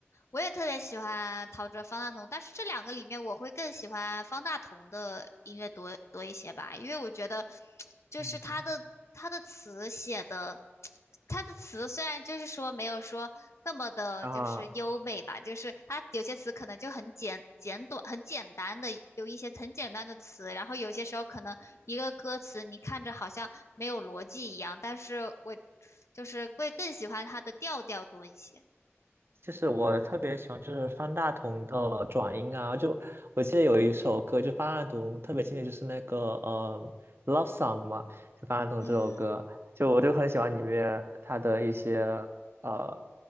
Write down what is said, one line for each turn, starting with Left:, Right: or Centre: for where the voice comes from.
Left: 我也特别喜欢陶喆、方大同，但是这两个里面，我会更喜欢方大同的音乐多多一些吧，因为我觉得，就是他的他的词写的，
Right: 嗯哼
Left: 他的词虽然就是说没有说那么的，
Right: 啊。
Left: 就是优美吧，就是他有些词可能就很简简短、很简单的，有一些很简单的词，然后有些时候可能一个歌词你看着好像没有逻辑一样，但是我就是会更喜欢他的调调多一些。
Right: 就是我特别喜欢就是方大同的转音啊，就我记得有一首歌，就方大同特别经典，就是那个呃《Love Song》嘛，就方大同这首歌，
Left: 嗯，
Right: 就我就很喜欢里面他的一些呃